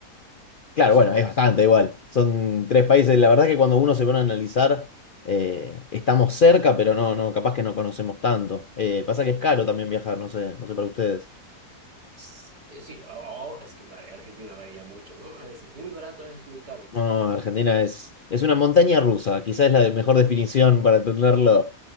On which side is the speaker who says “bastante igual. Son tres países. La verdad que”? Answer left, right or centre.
Left